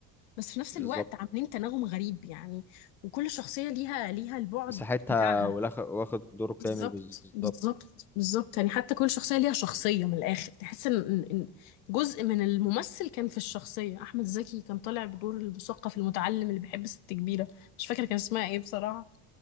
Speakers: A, on the left; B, in the centre.
A: بس في نفس
B: بالظبط
A: الوقت عاملين تناغم غريب يعني وكل شخصية ليها ليها البعد
B: مساحتها
A: بتاعها
B: ولاخ- واخد دوره كامل
A: بالظبط
B: بالظبط
A: بالظبط بالظبط يعني حتى كل شخصية ليها شخصية من الآخر تحس إن إن- إن جزء من الممثل كان في الشخصية أحمد زكي كان طالع بدور المثقف المتعلم اللي بيحب ست كبيرة مش فاكرة كان اسمها إيه بصراحة